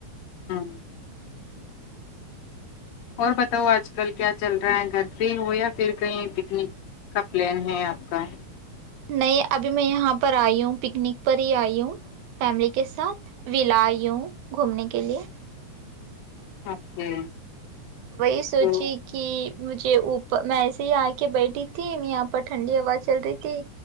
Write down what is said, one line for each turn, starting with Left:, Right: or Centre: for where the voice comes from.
Left: ہ اور بتاؤ آج کل کیا چل رہا ہے گھر پہ ہو یا پھر کہیں پکنک کا پلان ہے آپ کا
Right: نہیں ابھی میں یہاں پر آئی ہوں پکنک پر ہی آئی ہوں فیملی کے ساتھ ولا آئی ہوں گھومنے کے لیے
Left: اوکے
Right: وہی سوچی
Left: تو
Right: کہ مجھے اوپر میں ایسے ہی آ کے بیٹھی تھی یہاں پر ٹھنڈی ہوا چل رہی تھی